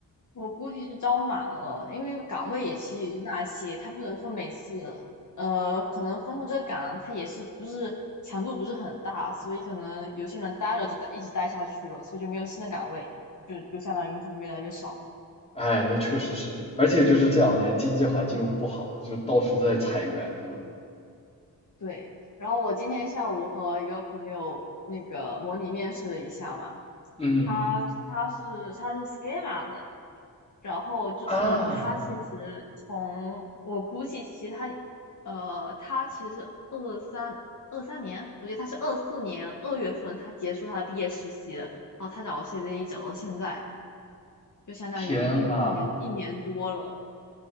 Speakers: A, on the left; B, on the left.
A: 我估计是招满了，因为岗位也其实也就那些，他不能说每次，呃，可能分控这个岗，他也是不是强度不是很大，所以可能有些人待了就待一直待下去了，所以就没有新的岗位，就就相当于为什么越来越少。
B: 哎，那确实是的，而且就是这两年经济环境又不好，就到处都在裁员，对吧？
A: 对，然后我今天下午和一个朋友那个模拟面试了一下嘛，
B: 嗯
A: 他他是他是 schema 的。然后就是他其实从我估计，
B: 啊，
A: 其实他呃，他其实二三二三年，我觉得他是二四年二月份他结束他的毕业实习的，然后他找 CDE 找到现在，就相当于一一年一年多了，
B: 天啊，